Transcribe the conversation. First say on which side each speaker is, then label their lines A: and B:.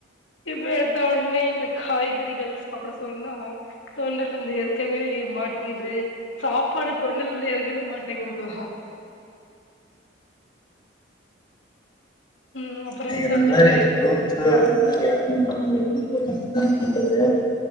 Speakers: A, on the left (about 85°); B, on the left (about 25°).
A: இப்ப எடுத்த ஒடனே இந்த காய்கறிகள் சாப்புட சொன்னா தொண்டைலருந்து எறகவே மாட்டேங்குது சாப்பாடு தொண்டல இருந்து எறங்கவே மாட்டேங்குது தோழா ம் அப்புறம்
B: நீ இந்த
A: சொல்லுங்க
B: மாரி ஃப்ருட்ஸ் அந்த மாறி ஏதாச்சுனா <unintelligible> நல்லது